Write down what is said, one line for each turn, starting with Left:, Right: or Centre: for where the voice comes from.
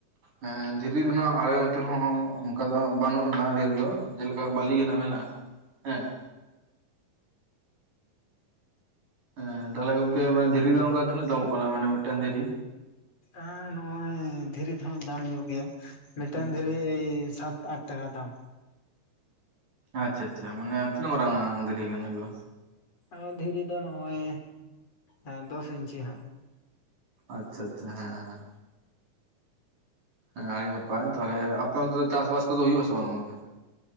Right: ᱦᱮᱸ ᱫᱷᱤᱨᱤ ᱨᱮᱱᱟᱜ ᱟᱞᱮ ᱱᱚᱛᱮ ᱦᱚᱸ ᱚᱱᱠᱟ ᱫᱚ ᱵᱟᱱᱩᱜ ᱟᱱᱟ ᱰᱷᱤᱨ ᱫᱚ ᱡᱮᱞᱮᱠᱟ ᱵᱟᱞᱤ ᱜᱮ ᱱᱟᱜ ᱢᱮᱱᱟᱜ-ᱟ᱾ ᱦᱮᱸ᱾ ᱦᱮᱸ ᱛᱟᱦᱞᱮ ᱜᱚᱝᱠᱮ ᱫᱷᱤᱨᱤ ᱫᱚ ᱚᱝᱠᱟ ᱛᱤᱱᱟᱹᱜ ᱫᱟᱢᱚᱜ ᱠᱟᱱᱟ ᱢᱟᱱᱮ ᱢᱤᱫᱴᱟᱝ ᱫᱷᱤᱨᱤ?
Left: ᱟᱸ ᱱᱚᱜ-ᱚᱭ ᱫᱷᱤᱨᱤ ᱫᱚ ᱦᱟᱸᱜ ᱫᱟᱢ ᱧᱚᱜ ᱜᱮᱭᱟ ᱢᱤᱫᱴᱮᱱ
Right: ᱟᱪᱪᱷᱟ
Left: ᱫᱷᱤᱨᱤ ᱮᱭ ᱥᱟᱛ ᱟᱴ ᱴᱟᱠᱟ ᱫᱟᱢ᱾
Right: ᱟᱪᱪᱷᱟ ᱟᱪᱪᱷᱟ ᱢᱟᱱᱮ ᱛᱤᱱᱟᱹᱜ ᱢᱟᱨᱟᱝᱟ ᱫᱷᱤᱨᱤ ᱜᱟᱱ ᱦᱩᱭᱩᱜ-ᱟ?
Left: ᱟᱨᱚ ᱫᱷᱤᱨᱤ ᱫᱚ ᱱᱚᱜ-ᱚᱭ ᱮᱹ ᱫᱚᱥ ᱤᱧᱪᱤ ᱦᱟᱸᱜ᱾
Right: ᱟᱪᱪᱷᱟ ᱟᱪᱪᱷᱟ ᱦᱮᱸ ᱦᱮᱸ᱾ ᱦᱮᱸ ᱟᱲᱤ ᱱᱟᱯᱟᱭ ᱛᱟᱦᱚᱞᱮ ᱟᱯᱮ ᱚᱱᱛᱮ ᱫᱚ ᱪᱟᱥ ᱵᱟᱟᱥ ᱠᱚᱫᱚ ᱦᱩᱭᱩᱜ ᱟᱥᱮ ᱵᱟᱝ